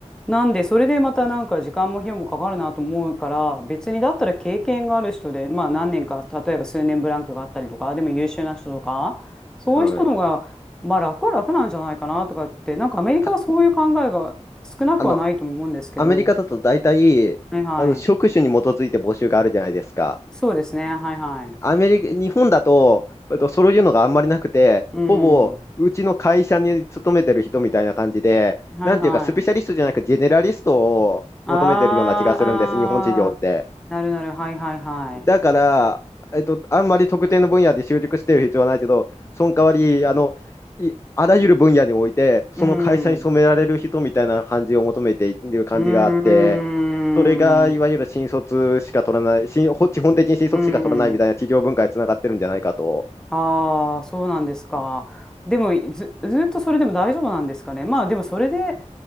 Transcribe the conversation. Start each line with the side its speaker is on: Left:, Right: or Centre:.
Centre: なんで、それでまたなんか時間も費用もかかるなと思うから、別にだったら経験がある人で、まあ何年か、例えば数年ブランクがあったりとか、でも優秀な人とか、そういう人の方が、
Left: はい。
Centre: まあ楽は楽なんじゃないかなとかって、なんかアメリカはそういう考えが少なくはないとも思うんですけど、
Left: たあの、アメリカだと大体、
Centre: はいは
Left: あの、職種に基づいて募集があるじゃないですか。
Centre: い。そうですね、はいはい。
Left: アメリカ、日本だと、えっとそういうのがあんまりなくて、
Centre: うん。
Left: ほぼうちの会社に勤めてる人みたいな感じで、
Centre: はいはい。
Left: なんていうか、スペシャリストじゃなく、ジェネラリストを求めてるような気がするんです、
Centre: あー、
Left: 日本市場って。
Centre: なるなる、はいはいはい。
Left: だから、えっと、あんまり特定の分野で習熟してる必要はないけど、その代わり、あの、い、あらゆる分野において、その会社に染められる人みたいな感じを求めている感じがあって、
Centre: うん。うーん。
Left: それがいわゆる新卒しか取らない、新、ほ基本的に新卒しか取らないみたいな企業文化につながってるんじゃないかと。
Centre: うん。ああ、そうなんですか。でも、ず、ずっとそれでも大丈夫なんですかね。まあ、でもそれで、